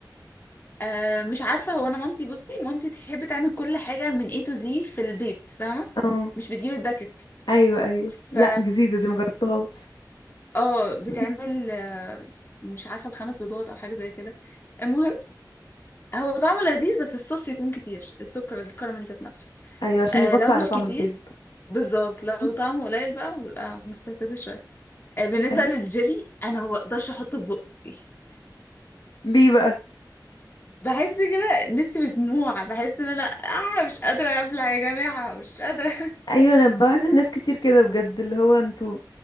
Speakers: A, on the left (about 30°); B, on the left (about 80°).
A: آه مش عارفة هو أنا مامتي بصي مامتي تحب تعمل كل حاجة من A to Z في البيت فاهمة
B: اه
A: مش بتجيب الباكت
B: ايوه ايوه
A: ف
B: لا جديده دي مجربتهاش
A: اه بتعمل
B: <laughs>
A: آه، مش عارفة بخمس بيضات أو حاجة زي كده المهم هو طعمه لذيذ بس الصوص يكون كتير السكر الكراميل ذات نفسه
B: ايوه عشان
A: آه
B: يغطي
A: لو
B: على
A: مش
B: طعم
A: كتير
B: البيض
A: بالظبط
B: بالظبط
A: لو طعمه قليل بقى بيبقى مستفز شوية آه بالنسبة
B: أيوة.
A: للجيلي أنا ما بقدرش أحطه في بقي
B: ليه بقى
A: بحس كده نفسي مسموعة بحس ان انا آه مش قادرة ابلع يا جماعة مش قادرة
B: ايوه انا بلاحظ الناس كتير كده بجد اللي هو انتوا